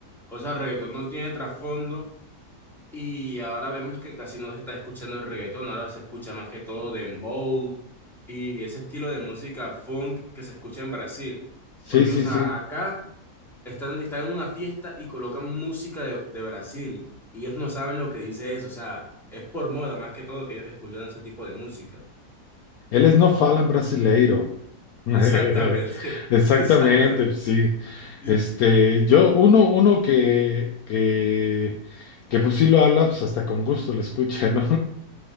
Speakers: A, in the centre; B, on the left.
A: o sea, el reggaetón no tiene trasfondo y ahora vemos que casi no se está escuchando el reggaetón, ahora se escucha más que todo dembow y ese estilo de música funk que se escucha en Brasil.
B: Sí,
A: Porque,
B: sí,
A: o sea,
B: sí.
A: acá están, están en una fiesta y colocan música de, de Brasil y ellos no saben lo que dice eso, o sea, es por moda más que todo que ellos escuchan ese tipo de música.
B: Eles não falam brasileiro. <laughs>
A: Exactamente,
B: Exactamente,
A: <laughs> exactamente.
B: sí.
A: Y-
B: Este, yo, uno, uno que, que, que pues sí lo habla, pues hasta con gusto lo escucha, ¿no?